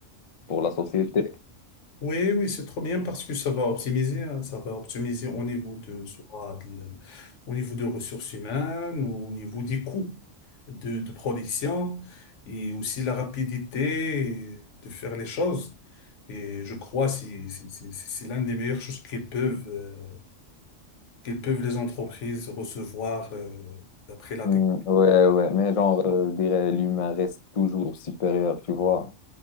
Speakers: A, on the left (about 45°); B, on the left (about 70°).
A: pour la société.
B: Oui, oui, c'est trop bien parce que ça va optimiser, hein, ça va optimiser au niveau de, soit de la- au niveau de ressources humaines, au niveau des coûts de, de production et aussi la rapidité de faire les choses. Et je crois que c'est c'est- c'est- c'est l'un des meilleures choses qu'ils peuvent, euh, qu'ils peuvent les entreprises recevoir, euh, d'après la
A: Hmm,
B: technologie.
A: ouais, ouais, mais genre, euh, je dirais, l'humain reste toujours supérieur, tu vois.